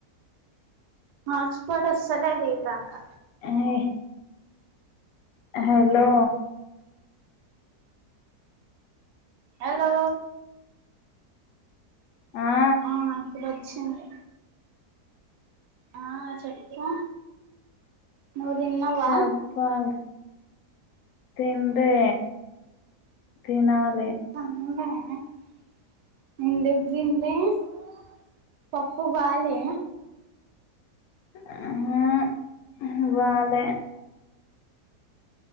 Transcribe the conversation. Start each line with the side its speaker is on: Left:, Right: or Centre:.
Right: పాస్పోర్ట్ వస్త లేదు ఈడ దాకా
Left: ఏ హలో
Right: హలో
Left: ఆ
Right: ఆ ఇక్కడ వచ్చింది ఆ చెప్పు నువ్వు తిన్నావా
Left: చెప్పలి తింటే తినాల
Right: <unintelligible> ఆ <unintelligible> పప్పు బాలే
Left: ఆ బాలే